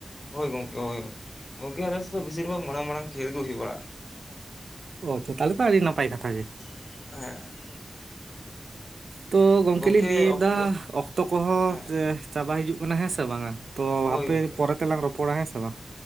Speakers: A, on the left; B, on the right.
A: ᱦᱳᱭ ᱜᱚᱢᱠᱮ ᱦᱳᱭ ᱜᱚᱢᱠᱮ ᱟᱞᱮ ᱥᱮᱱ ᱫᱚ ᱵᱮᱥᱤ ᱢᱟᱨᱟᱝ ᱢᱟᱨᱟᱝ ᱠᱷᱮᱞ ᱜᱮ ᱦᱩᱭ ᱵᱟᱲᱟᱜ-ᱟ᱾
B: ᱚ ᱛᱚ ᱛᱟᱦᱞᱮ ᱛᱚ ᱟᱹᱰᱤ ᱱᱟᱯᱟᱭ ᱠᱟᱛᱷᱟ ᱜᱮ᱾
A: ᱦᱮᱸ
B: ᱛᱚ ᱜᱚᱢᱠᱮ
A: ᱜᱚᱝᱠᱮ
B: ᱞᱤᱧ ᱞᱟᱹᱭ ᱮᱫᱟ
A: ᱚᱠᱛᱚ
B: ᱚᱠᱛᱚ ᱠᱚᱦᱚᱸ
A: ᱦᱮᱸ
B: ᱪᱟᱵᱟ ᱦᱤᱡᱩᱜ ᱠᱟᱱᱟ ᱦᱮᱸ ᱥᱮ ᱵᱟᱝᱟ? ᱛᱚ
A: ᱦᱳᱭ
B: ᱦᱟᱯᱮ
A: ᱜᱚᱝᱠᱮ
B: ᱯᱚᱨᱮ ᱛᱮᱞᱟᱝ ᱨᱚᱯᱚᱲᱟ ᱦᱮᱸ ᱥᱮ ᱵᱟᱝ?